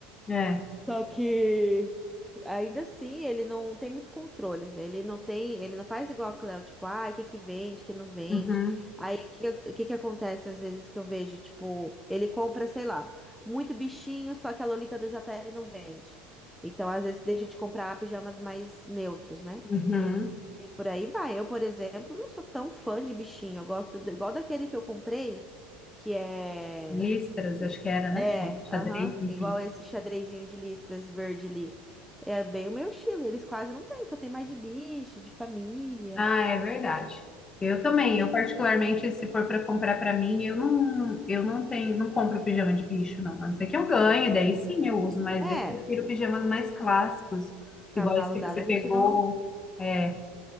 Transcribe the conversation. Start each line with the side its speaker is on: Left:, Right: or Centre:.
Left: é.
Centre: Só que ainda assim ele não tem muito controle, Zé. ele não tem, ele não faz igual a Cleo, tipo, ah, o que que vende, o que não vende.
Left: Uhum.
Centre: Aí o que, que- o que que acontece às vezes que eu vejo, tipo, ele compra, sei lá, muito bichinho, só que a Lolita do JL não vende. Então, às vezes, deixa de comprar pijamas mais neutros, né?
Left: Uhum.
Centre: E por aí vai. Eu, por exemplo, não sou tão fã de bichinho. Eu gosto do- igual daquele que eu comprei, que é.
Left: Listras, acho que era, né?
Centre: É,
Left: Bom, xadrez,
Centre: aham,
Left: enfim.
Centre: igual esse xadrezinho de listras verde ali. É bem o meu estilo. Eles quase não têm, só tem mais de bicho, de família.
Left: Ah, é verdade. Eu também,
Centre: E-
Left: eu particularmente, se for para comprar para mim, eu não, eu não tenho, não compro pijama de bicho, não. A não ser que eu ganhe, daí sim eu uso, mas
Centre: É,
Left: eu prefiro pijamas mais clássicos, iguais
Centre: cavalo
Left: que
Centre: dado,
Left: você
Centre: a
Left: pegou,
Centre: gente não.
Left: é,